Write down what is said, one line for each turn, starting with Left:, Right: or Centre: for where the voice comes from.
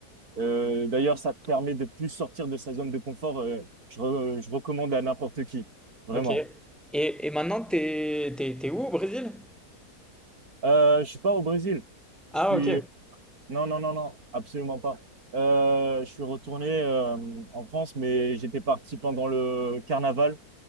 Right: Euh, d'ailleurs, ça permet de plus sortir de sa zone de confort. euh, je, re- je recommande à n'importe qui, vraiment.
Centre: Ok. Et, et maintenant t'es, t'es, t'es où au Brésil?
Right: Euh, je suis pas au Brésil.
Centre: Ah
Right: Je suis
Centre: ok.
Right: non, non, non, non, absolument pas. Euh, je suis retourné euh, en France, mais j'étais parti pendant le carnaval